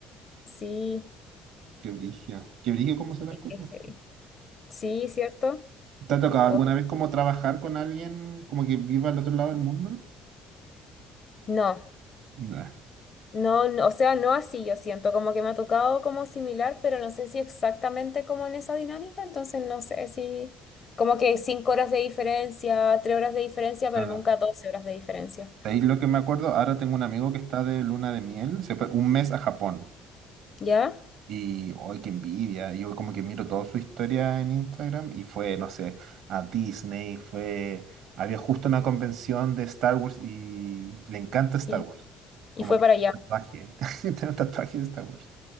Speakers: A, on the left; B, on the right.
A: Sí,
B: <laughs> Qué brillo. Qué brillo cómo son las
A: qué
B: cosas.
A: heavy. Sí, ¿cierto?
B: ¿Te ha tocado alguna
A: O-
B: vez como trabajar con alguien como que viva al otro lado del mundo?
A: No.
B: Nah,
A: No, no, o sea, no así, yo siento como que me ha tocado como similar, pero no sé si exactamente como en esa dinámica, entonces no sé si como que cinco horas de diferencia, tres horas de diferencia, pero
B: nada.
A: nunca 12 horas de diferencia.
B: ahí lo que me acuerdo, ahora tengo un amigo que está de luna de miel, se fue un mes a Japón.
A: ¿Ya?
B: Y, ¡ay, qué envidia! Yo como que miro toda su historia en Instagram y fue, no sé, a Disney, fue... Había justo una convención de Star Wars y le encanta Star
A: Y,
B: Wars.
A: y
B: Como
A: fue
B: que
A: para
B: tiene
A: allá.
B: un tatuaje, <laughs> tiene un tatuaje de Star Wars.